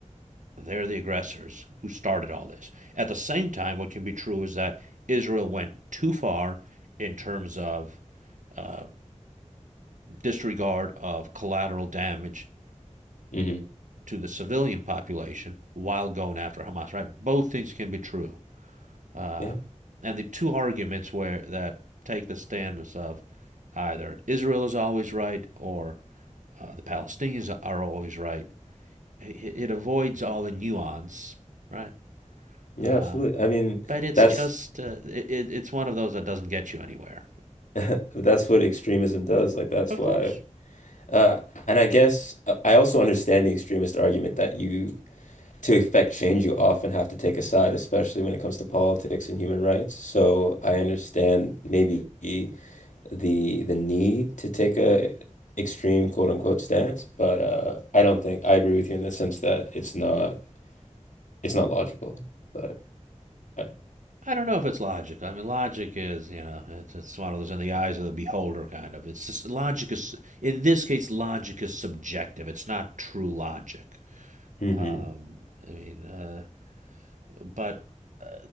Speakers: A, on the right (about 85°); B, on the left (about 85°).
A: they're the aggressors who started all this. At the same time, what can be true is that Israel went too far in terms of uh, disregard of collateral damage
B: hmm
A: to the civilian population while going after Hamas, right? Both things can be true. Uh,
B: Yeah.
A: and the two arguments where that take the stance of either Israel is always right or uh, the Palestinians are always right. It, it avoids all the nuance, right?
B: Yeah.
A: Uh,
B: Absolutely. I mean,
A: but it's
B: that's
A: just uh, it, it's one of those that doesn't get you anywhere.
B: <laughs> that's what extremism does. Like that's
A: Of
B: why
A: course,
B: Uh, and I guess uh, I also understand the extremist argument that you, to effect change, you often have to take a side, especially when it comes to politics and human rights. So I understand maybe the the need to take a extreme quote unquote stance, but uh, I don't think I agree with you in the sense that it's not it's not logical. But uh,
A: I don't know if it's logic. I mean, logic is you know it's, it's one of those in the eyes of the beholder kind of. It's just, logic is in this case logic is subjective. It's not true logic.
B: hmm
A: Um, I mean, uh, But uh,